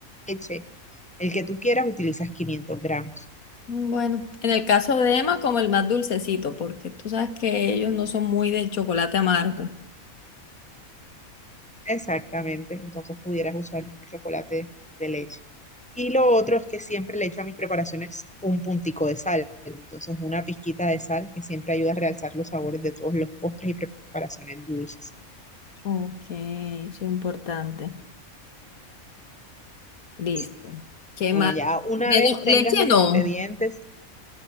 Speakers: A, in the centre; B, on the left (about 80°).
A: leche. El que tú quieras, utilizas 500 gramos.
B: Bueno, en el caso de Emma, como el más dulcecito, porque tú sabes que ellos no son muy de chocolate amargo.
A: Exactamente, entonces pudieras usar un chocolate de leche. Y lo otro es que siempre le echo a mis preparaciones un puntico de sal, entonces una pizquita de sal que siempre ayuda a realzar los sabores de todos los postres y preparaciones dulces.
B: Ok, eso es importante. Listo.
A: Sí.
B: ¿Qué
A: Bueno,
B: más?
A: ya una
B: Menos-
A: vez tengas
B: leche
A: los
B: no.
A: ingredientes,